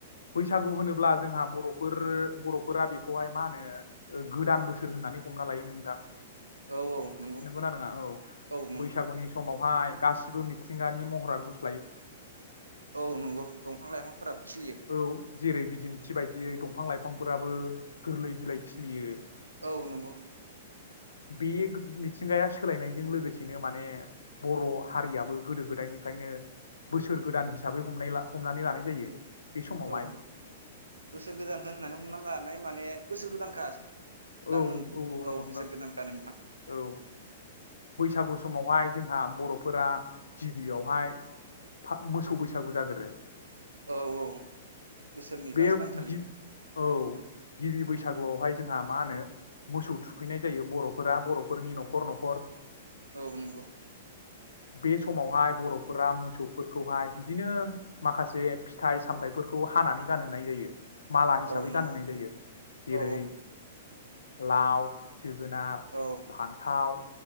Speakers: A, on the left (about 70°); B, on the right (about 75°).
A: बैसागु होनोब्ला जोंहा बरफोर बर'फोरा बेखौहाय मा होनो गोदान बोसोर सोर होननानै हमना लायो नोंथां
B: औ औ नंगौ
A: नंगौना नङा औ
B: औ नंगौ
A: बैसागुनि समाव बेहाय गासिबो मिथिंगानि महरा गुस
B: औ नंगौ दंफां लाइफांफोराबो खिलियो
A: औ जेरै बिदिन थि बायदियै दंफां लाइफांफोराबो गोरलै बिलाइ खिलियो
B: औ नंगौ
A: बेयो गो मिथिंगाया सोलायनायजों लोगोसेनो माने बर' हारियाबो गोदो गोदायनिफायनो बोसोर गोदान हिसाबै हमलाय हमनानै लानाय जायो। बे समावहाय
B: औ बोसोर गोदान होननानै हमना लानाय माने बोसोर गोदानखा
A: औ
B: दां नों
A: औ औ नंगौ
B: बोसोर
A: नोंथां
B: गोदानखा नोंथां
A: औ बैसागु समावहाय जोंहा बर'फोरा गिबियावहाय फा मोसौ बैसागु जाग्रोरो
B: औ औ बोसोरनि
A: बेयो
B: लास्ट दानखालि
A: गि औ गिबि बैसागुआवहाय जोंहा मा होनो मोसौ थुखैनाय जायो बर'फोरा बर'फोरनि न'खर न'खर
B: औ नंगौ
A: बे समावहाय बर'फोरा मोसौफोरखौहाय बिदिनो माखासे फिथाइ सामथायफोरखौ हानानै गानहोनाय जायो। माला हिसाबै
B: औ नंगौ
A: गानहोनाय जायो। जेरै
B: औ
A: लाव जोगोनार,
B: औ
A: फान्थाव,